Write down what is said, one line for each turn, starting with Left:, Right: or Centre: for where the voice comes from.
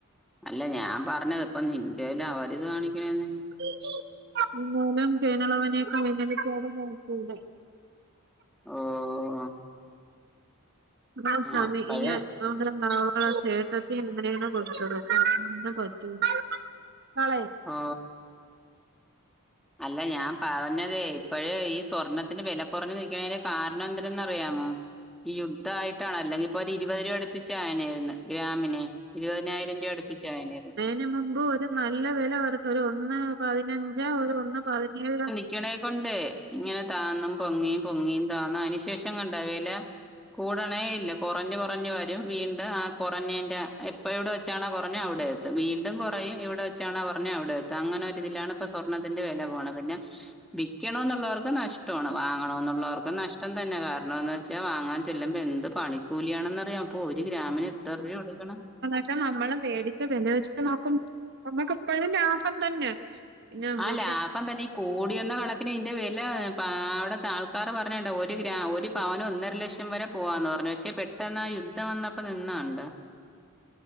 Centre: അല്ല ഞാൻ പറഞ്ഞത് ഇപ്പ നിന്റേല് അവര് കാണിക്കണെന്തിന്
Right: <unintelligible>
Centre: ഓഹ്
Right: വാ സാമി
Centre: അപ്പഴ്
Right: ഇനിയെ അതൊണ്ട് നാള ചേട്ടത്തി ഇനന്നേ കൊടുത്ത് വിടും പ്പ അങ്ങന നാളായി
Centre: ആ അല്ല ഞാൻ പറഞ്ഞതേ ഇപ്പഴെ ഈ സ്വർണ്ണത്തിന് വെല കൊറഞ്ഞ് നിക്കണേന്റെ കാർ ണം എന്തരെന്ന് അറിയാമോ ഈ യുദ്ധായിട്ടാണ് അല്ലെങ്കി ഇപ്പൊ ഒരു ഇരുപത് രൂപ അടുപ്പിച്ചായേനെ ഗ്രാമിനെ ഇരുവതിനായിരം രൂപ അടുപ്പിച്ചു ആയേനാരു
Right: അതിന് മുമ്പ് ഒരു നല്ല വെല വരത്ത ഒരു ഒന്ന് പതിനഞ്ചോ ഒരു ഒന്ന് പതിനേഴോ
Centre: ക്കണേ കൊണ്ട് ഇങ്ങനെ താന്നും പൊങ്ങിയും പൊങ്ങിയും താന്നും അയ്നുശേഷം കണ്ടോ വെല. കൂടണേ ഇല്ല. കൊറഞ്ഞു കൊറഞ്ഞു വരും. വീണ്ട ആ കൊറഞ്ഞേന്റെ ഇപ്പൊ എവിടെ വെച്ചാണോ കൊറഞ്ഞേ അവിടെ എത്തും. വീണ്ടും കൊറയും. എവിടെ വച്ചാണോ കൊറഞ്ഞേ അവിടെയെത്തും. അങ്ങനെ ഒരിതിലാണ് ഇപ്പൊ സ്വ ർണത്തിന്റെ വെല പോണ പിന്നെ വിക്കണോന്നുള്ളവർക്ക് നഷ്ട്ടോണ്. വാങ്ങണം എന്നുള്ളവർക്ക് നഷ്ടം തന്നെ കാര ണോന്ന് വെച്ചാ വാങ്ങാൻ ചെല്ലുമ്പൊ എന്ത് പണിക്കൂലിയാണെന്നറിയാ. ഇപ്പ ഒരു ഗ്രാമിന് എത്ര രൂവകൊട്ക്കണം
Right: പക്ഷെ നമ്മള മേടിച്ച വെല വച്ച് നോക്കുമ്പോ നമ്മുക്ക് ഇപ്പോഴും ലാഭം തന്നെ പിന്നെ നമ്മക്ക്
Centre: ആഹ് ലാഭം തന്നെ കൂടി വന്ന കണക്കിന് ഇയ്ന്റെ വെല അവിടത്തെ ആൾക്കാർ പറഞ്ഞണ്ട ഒരു ഗ്രാ ഒര് പവന് ഒന്നര ലക്ഷം വരെ പോവാന്ന് പറഞ്ഞു. പക്ഷെ പെട്ടെന്ന് ആ യുദ്ധം വന്നപ്പോ നിന്ന കണ്ട.